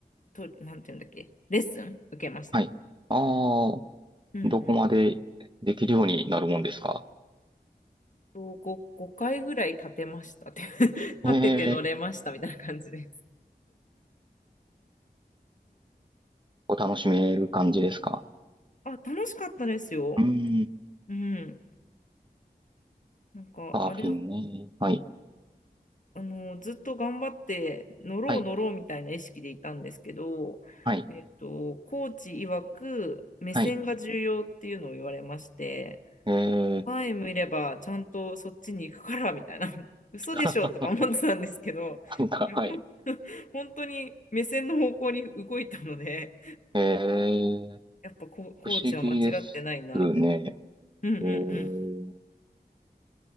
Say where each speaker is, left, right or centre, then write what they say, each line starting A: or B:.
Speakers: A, on the left; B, on the right.
A: と、なんていうんだっけ、レッスン受けました。
B: はい。ああ、
A: うんうん。
B: どこまでできるようになるもんですか
A: と5、5回ぐらい立てましたって <laughs> 立てて乗れましたみたいな感じです。
B: ええ、お楽しめる感じですか
A: あ、楽しかったですよ。
B: うーん、
A: うん。なんか、
B: サーフィンね。
A: あれ、
B: はい。
A: あの、ずっと頑張って乗ろう乗ろうみたいな意識でいたんですけど、
B: はい。はい。
A: えっと、コーチ曰く目線が重要っていうのを言われまして、
B: はい。ええ、
A: 前見ればちゃんとそっちに行くからみたいな、<laughs> 嘘でしょとか思ってたんですけど、
B: <laughs> なんか、
A: いや、
B: はい。
A: ほん <laughs> 本当に目線の方向に動いたので、
B: ええ、
A: やっぱコ、コーチは間違ってないなみたいな。
B: 不思議ですね。
A: うんうんうん。
B: ええ、